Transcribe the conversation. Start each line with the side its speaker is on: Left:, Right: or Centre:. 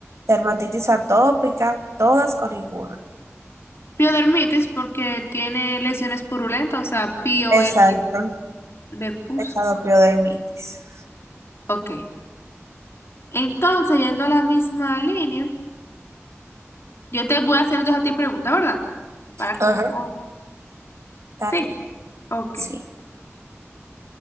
Right: dermatitis atópica, todas o ninguna.
Left: Piodermitis porque tiene lesiones purulentas, o sea, POE
Right: Exacto,
Left: de pus.
Right: esa piodermitis.
Left: Ok. Entonces, yendo a la misma línea, yo te voy a hacer entonces a ti pregunta, ¿verdad? Para que...
Right: Ajá,
Left: Ah,
Right: está
Left: Sí.
Right: bien,
Left: Ok.
Right: sí,